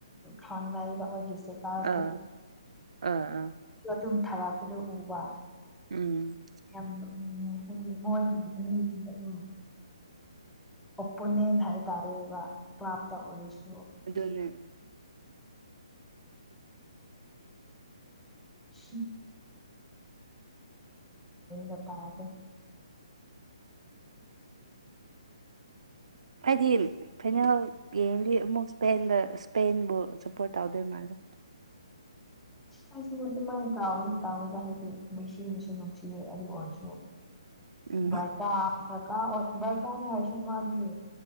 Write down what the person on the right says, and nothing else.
ꯑꯥ ꯑꯥ ꯑꯥ
ꯎꯝ
ꯑꯗꯨꯗꯣꯟꯅ
ꯍꯥꯏꯗꯤ ꯐꯤꯅꯥꯜ ꯌꯦꯡꯗꯤ ꯑꯃꯨꯛ ꯏꯁꯄꯦꯟꯗ ꯏꯁꯄꯦꯟꯕꯨ ꯁꯞꯄꯣꯔꯠ ꯇꯧꯗꯣꯏ ꯃꯥꯜꯂꯦ
ꯎꯝ